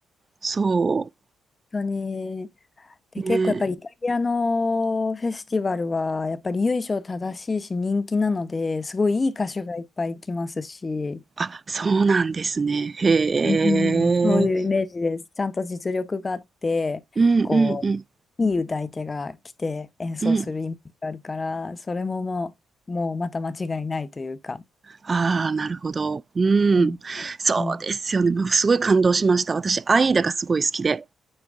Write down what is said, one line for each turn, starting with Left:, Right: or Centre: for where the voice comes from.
Right: そ
Left: 当に。で、
Right: う。ねえ。
Left: 結構やっぱりイタリアのフェスティバルは、やっぱり由緒正しいし人気なので、すごいいい歌手がいっぱい来ますし、
Right: あ、そうなんですね。へえ。
Left: うん、そういうイメージです。ちゃんと実力があって、
Right: うんうんうん
Left: こう、いい歌い手が来て演奏するイメージがあるから、
Right: うん。
Left: それももう、もうまた間違いないというか。
Right: ああ、なるほど。うん。
Left: うん
Right: そうですよね。
Left: うん
Right: もうすごい感動しました。私、アイダがすごい好きで。